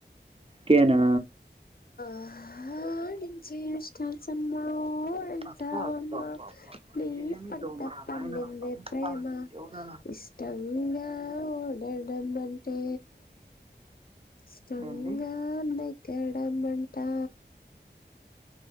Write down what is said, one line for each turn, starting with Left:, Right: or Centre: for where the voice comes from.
Right: కేనా
Left: ఆడించి అష్టా చెమ్మా ఓ పెంచావమ్మా
Right: అబ్బా అబ్బా అబ్బా
Left: నీ
Right: ఏమి
Left: పంట
Right: దోమరా
Left: పండిందే
Right: నాయనా చంపుతాంది
Left: ప్రేమ
Right: యోగా
Left: ఇ ష్టంగా వెడం అంటే ఇష్టంగానే
Right: ఏంది
Left: కేడం మంటా